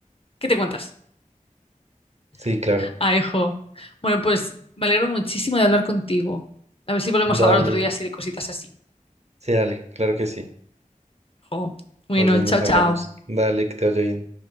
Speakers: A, on the left (about 45°); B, on the right (about 55°).
A: ¿qué te cuentas?
B: Sí, claro.
A: Ah, hijo. Bueno, pues me alegro muchísimo de hablar contigo. A ver si volvemos
B: Dale,
A: a hablar otro día así de cositas así.
B: sí, dale, claro que sí.
A: Jo. Bueno,
B: Entonces nos
A: chao, chao.
B: hablamos. Dale, que te vaya bien.